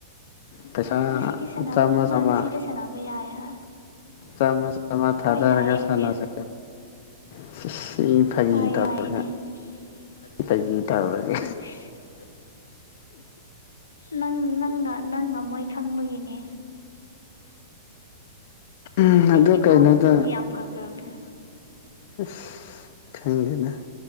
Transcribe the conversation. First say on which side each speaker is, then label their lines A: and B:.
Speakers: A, on the left; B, on the left.
A: ꯄꯩꯁꯥ
B: ꯉꯁꯤꯗꯤ ꯁꯥꯟꯅꯕ
A: ꯆꯥꯝꯃ ꯆꯥꯝꯃ
B: ꯍꯣꯏ ꯉꯁꯤꯗꯤ ꯁꯥꯟꯅꯕ ꯌꯥꯏ ꯍꯣꯏ
A: ꯆꯥꯝꯃ ꯆꯥꯝꯃ ꯊꯥꯗꯔꯒ
B: ꯍꯣꯏ ꯌꯥꯏ ꯑꯩꯁ
A: ꯁꯥꯟꯅꯁꯦ ꯁꯤ ꯐꯥꯒꯤ
B: ꯍꯣꯏ
A: ꯇꯧꯔꯒ
B: ꯌꯥꯏꯦ ꯁꯤ ꯈꯖꯤ
A: ꯐꯥꯒꯤ
B: ꯇꯔ
A: ꯇꯧꯔꯒ
B: ꯁꯤ ꯈꯖꯤ ꯇꯔꯒ ꯅꯪ ꯅꯪꯅ ꯅꯪꯅ ꯃꯣꯏ ꯈꯪꯕꯒꯤꯅꯦ
A: ꯎꯝ
B: ꯑꯩꯒꯤ
A: ꯑꯗꯨ ꯀꯩꯅꯣꯗ
B: ꯗꯥꯎꯁꯨ ꯍꯟꯗꯛꯇꯤ ꯌꯥꯝ ꯐꯈ꯭ꯔꯕꯅꯦ
A: ꯑꯁ ꯈꯪꯗꯦꯅ